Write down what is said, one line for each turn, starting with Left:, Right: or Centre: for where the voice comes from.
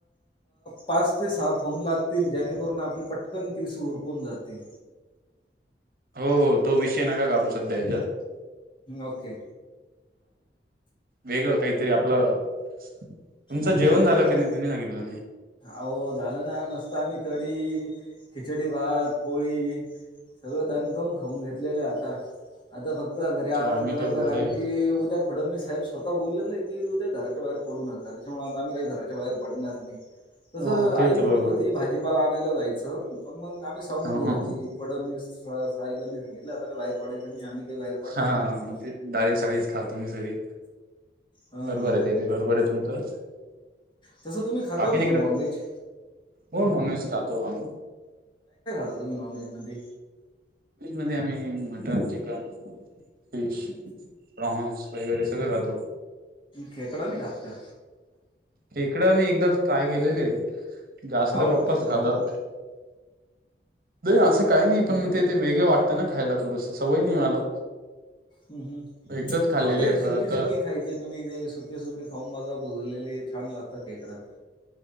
Left: पाच ते सहा फोन लागतील जेणेकरून आपले पटकन तिस तुरकून जातील
Right: हो हो तो विषय नका काढू सध्या हच्यात
Left: ओके
Right: वेगळं काहीतरी आपलं तुमचं
Left: आपलं
Right: जेवण झालं का नाही तिने सांगितलं मी
Left: अह झालं ना मस्त आम्ही क खिडी खिचडी भात पोळी सगळं दणखाऊन खाऊन घेतलेलं आहे आता आता फक्त घरी
Right: अच्छा
Left: आराम
Right: आम्ही
Left: करायचा
Right: तर वडे
Left: कारण की उद्या फडणवीस साहेब स्वतः बोललेले की उद्या घराच्या बाहेर पडू नका म्ह आता आम्ही काही घराच्या बाहेर पडणार नाही तसं
Right: हो
Left: आई
Right: ते तर
Left: म्हणत
Right: बरोबर
Left: होती
Right: आहे
Left: भाजीपाला आणायलाचई पण मग आम्ही सांगून
Right: हो
Left: दिलं
Right: हो
Left: की फडणवीस साहेबांनी सांगितलं आता का बाहेर पडायचं नाही आम्ही काही बाहेर पडणार
Right: हा
Left: नाही आता
Right: मग ते डाळी शाळीच खा तुम्ही सगळी
Left: हा
Right: बरोबर आहे ते बरोबर आहे तुमचं
Left: तसं तम्ही खातात
Right: बाकी तिकडे
Left: मग नॉन व्हेज
Right: हो मनष कातोम
Left: कध म नाॉनवेजमध्ये
Right: मध्ये आम्ही मटर चिकन फिश बॉन्स वगैरे सगळं खातो
Left: खेकड न काात का
Right: इेकड मी एकदा ट्राय केलेले आहे जास्त
Left: आवडत
Right: पप्पाच
Left: नाही का तुम्हाला
Right: खातात नाही असं काही नाही पण मग तेथे वेगळ वाटतं ना खायला थोडंस सवय नाही मला
Left: हम् हम्
Right: एकदाच खाल्लेले
Left: अ ते
Right: आहे फळ
Left: सुखी
Right: आता
Left: सुखी खायचे तुम्ही ते सुखी सुखी खाऊन बघा बज लेले छान लागतातकड